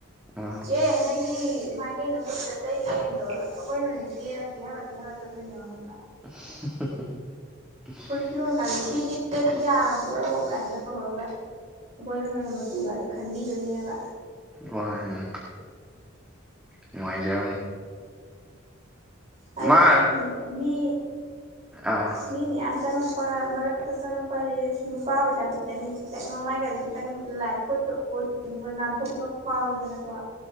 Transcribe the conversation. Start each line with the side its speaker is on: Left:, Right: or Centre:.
Centre: ꯎꯝ
Right: ꯆꯦ ꯅꯣꯏꯒꯤ ꯃꯥꯏ ꯀꯦꯅꯕꯗꯣ ꯈꯤꯠꯇ ꯇꯩꯒꯦꯅ ꯇꯧꯔꯒ ꯑꯈꯣꯏꯅ ꯑꯣꯏꯅ ꯀꯦꯔ ꯀꯦꯍꯜꯂ ꯀꯦꯟꯦꯜꯂ ꯆꯠꯇꯣꯏꯅꯦꯕ ꯈꯪꯕ꯭ꯔꯥ
Centre: <unintelligible>
Right: ꯁꯤ ꯂꯣꯟ ꯅꯖꯦ ꯁꯤ ꯂꯤꯠꯂꯗꯤ ꯌꯥꯔꯕꯣ ꯀꯥꯏꯅꯒ ꯇꯧꯔꯒ ꯑꯈꯣꯏꯅꯈꯣꯏꯅ ꯃꯆꯨ ꯒꯖꯦ ꯈꯟꯕꯤꯗꯣꯏꯅꯦꯕ
Centre: ꯋꯥꯅꯦ ꯅꯨꯉꯥꯏꯖꯔꯝꯅꯤ
Right: ꯍꯥꯏꯗꯤ
Centre: ꯃꯥ
Right: ꯁꯨꯝ ꯃꯤ
Centre: ꯑꯥ
Right: ꯃꯤ ꯃꯌꯥꯝ ꯆꯪꯉꯛꯄ ꯃꯔꯛꯇ ꯆꯪꯉꯛꯄꯒꯤꯖꯤꯗꯤ ꯅꯨꯄꯥ ꯑꯣꯏꯇꯥꯖꯨ ꯈꯤꯇꯪ ꯈꯤꯇꯪ ꯃꯃꯥꯏꯒꯖꯦ ꯈꯤꯇꯪ ꯂꯥꯏꯠ ꯑꯣꯏꯇꯣꯛ ꯑꯣꯏꯅꯤꯡꯕ ꯅꯥꯟꯊꯣꯛꯅꯤꯡꯕ ꯐꯥꯎꯋꯤꯗꯅꯀꯣ